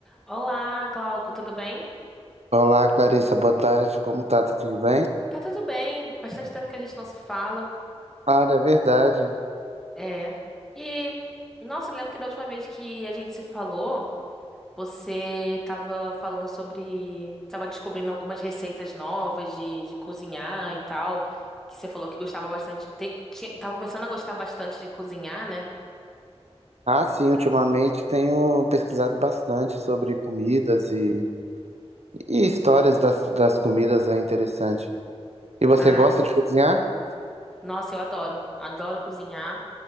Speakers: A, in the centre; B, on the right (about 75°).
A: Olá, Glauco, tudo bem?
B: Olá, Clarissa, boa tarde. Como tá? Tá tudo bem?
A: Tá tudo bem, bastante tempo que a gente não se fala.
B: Cara, é verdade.
A: É. E, nossa, eu lembro que da última vez que a gente se falou, você tava falando sobre. Tava descobrindo algumas receitas novas de, de cozinhar e tal. Que você falou que gostava bastante. Tem, tinha- tava começando a gostar bastante de cozinhar, né?
B: Ah, sim, ultimamente tenho pesquisado bastante sobre comidas e, e histórias das, das comidas, é interessante. E você
A: Ai,
B: gosta de cozinhar?
A: nossa, eu adoro. Adoro cozinhar.